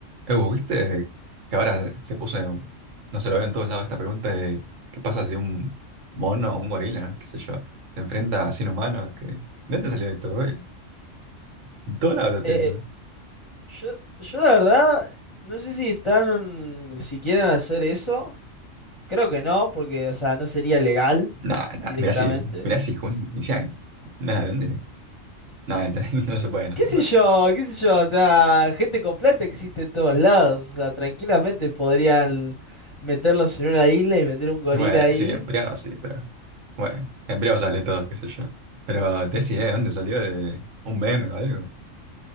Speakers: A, on the right (about 75°); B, on the left (about 30°).
A: Ew, ¿viste que ahora se puso, en- no se lo veo en todos lados esta pregunta de qué pasa si un mono o un gorila, qué sé yo, se enfrenta a sin humano? Que, ¿de dónde salió esto? eh? En todos lados lo estoy
B: Eh,
A: viendo.
B: yo, yo la verdad, no sé si están, si quieren hacer eso. Creo que no, porque, o sea, no sería legal
A: Nada, nada,
B: directamente.
A: mirá si, mirá si jun- inician. Nada, ¿de dónde? Nada, <laughs> no se puede, no
B: ¿Qué
A: se
B: sé
A: puede.
B: yo? ¿Qué sé yo? O sea, gente con plata existe en todos lados. O sea, tranquilamente podrían meterlos en una isla y meter un gorila
A: Bueno,
B: ahí
A: sí, embriago sí, pero bueno, embriago sale todo, qué sé yo. Pero te idea de dónde salió, de un meme o algo.